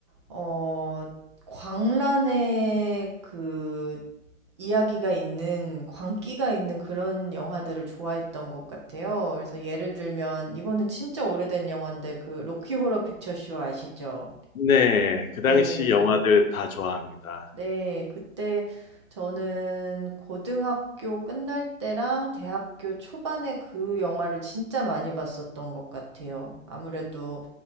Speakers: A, on the right (about 20°); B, on the left (about 80°).
A: 어, 광란의 그 이야기가 있는, 광기가 있는 그런 영화들을 좋아했던 것 같아요. 그래서 예를 들면, 이거는 진짜 오래된 영화인데, 그 로키 호러 픽처쇼 아시죠?
B: 네. 그 당시
A: 네.
B: 영화들 다 좋아합니다.
A: 네, 그때 저는 고등학교 끝날 때랑 대학교 초반에 그 영화를 진짜 많이 봤었던 것 같아요. 아무래도